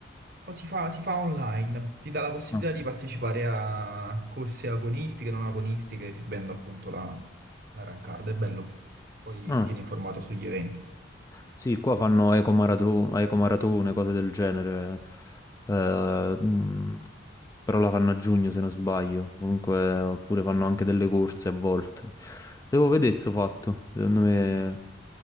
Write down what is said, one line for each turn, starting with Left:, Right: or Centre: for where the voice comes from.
Right: O si fa, si fa online, ti dà la possibilità
Left: Ah.
Right: di partecipare a corse agonistiche, non agonistiche, esibendo appunto la, la run card, è bello. Poi
Left: Ah,
Right: ti tieni informato sugli eventi.
Left: sì, qua fanno ecomaratu- ecomaratone, cose del genere. Eh, mh, però la fanno a giugno se non sbaglio. Comunque, oppure fanno anche delle corse a volte. Devo vedere sto fatto. Secondo me